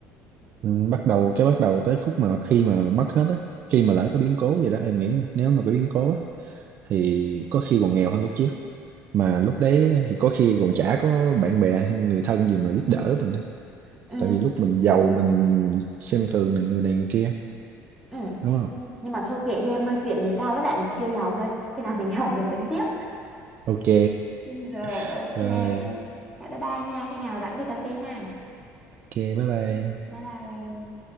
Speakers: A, on the right (about 35°); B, in the centre.
A: ừ, bắt đầu cái bắt đầu tới khúc mà khi mà mất hết á khi mà lỡ có biến cố gì đó em nghĩ nếu mà có biến cố á thì có khi còn nghèo hơn lúc trước mà lúc đấy thì có khi còn chả có bạn bè hay người thân gì mà giúp đỡ mình á.
B: Ừ.
A: tại vì lúc mình giàu mình xem thường này người này người kia
B: Ừ.
A: đúng không
B: Nhưng nhưng mà thôi kệ đi em ơi chuyện thì tao với lại mình chưa giàu nơi khi nào mình <laughs> giàu mình tính tiếp
A: ok
B: Rồi
A: <laughs>
B: ok.
A: rồi
B: Rồi, Bye bye nha. Khi nào rảnh đi cà phê ha.
A: ok bye bye
B: Bye bye. em.